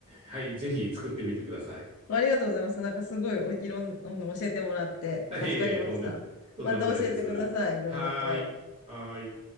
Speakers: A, on the right (about 25°); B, on the left (about 65°).
A: はい、ぜひ作ってみてください。
B: ありがとうございます。なんかすごいおいろんな、の教えてもらって助かりました。
A: <laughs> いえいえ、とんで、とんでもないです。
B: また教えてください。いろいろと。
A: はーい。はーい。